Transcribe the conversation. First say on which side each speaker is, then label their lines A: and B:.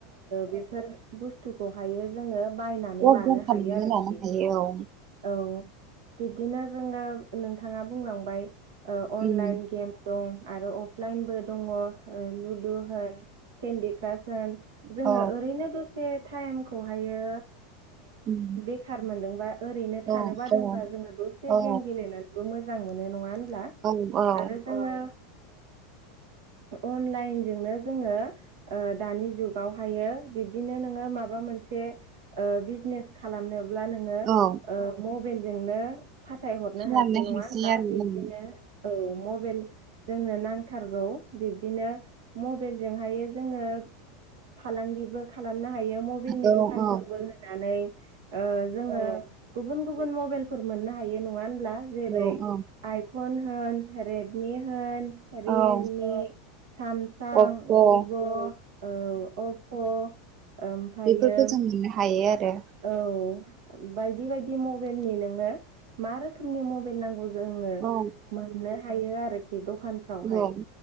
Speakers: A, on the right; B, on the right.
A: बेफोर बुस्थुखौहायो जोङो बायनानै
B: अर्डार
A: लानो
B: खालामना
A: हायो आरोखि
B: लानो हायो औ
A: औ बिब्दिनो जोंनो नोंथाङा बुंलांबाय अनलाइन
B: उम
A: गेम दं। आरो अफलाइनबो दङ लुदु होन केन्डि क्रास होन जोङो
B: औ
A: ओरैनो दसे ताइमखौहायो
B: उम
A: बेखार मोनदोंबा ओरैनो थानो
B: औ
A: बादोंबा
B: औ
A: जोङो दसे
B: औ
A: गेम गेलेनानैबो मोजां मोजां मोनो नङा होनब्ला
B: औ औ
A: आरो जोङो अनलाइनजोंनो जोङो दानि जुगावहायो बिब्दिनो नोङो माबा मोनसे बिजनेस खालामनोब्ला नोङो
B: औ
A: मबाइलजोंनो फाथायहरनो
B: खालामनो
A: हासै नङा होनब्ला
B: आरो
A: बिब्दिनो
B: उम
A: औ मबाइल जोंनो नांथारगौ बिब्दिनो मबाइेलजोंहाय जोङो फालांगिबो नो हायो मबेलनि
B: औ
A: दख
B: औ
A: होनानै जोङो गुबुन गुबुन मबेल फोर मोननो हायो नङा होनबा जेरै
B: औ औ
A: आइपन होन रेदमि हो होन रियेलमि
B: औ
A: सामसां
B: अप्प' उम
A: भिभ' औ अप' ओमफ्रायो
B: बेफोरखौ जों मोननो हायो आरो
A: औ बायदि बायदि मबाइलनि नोङनो मा रोखोमनि मबाइल नांगौ जोङो
B: औ
A: मोननो हायो आरोखि दखानफ्रावहाय
B: औ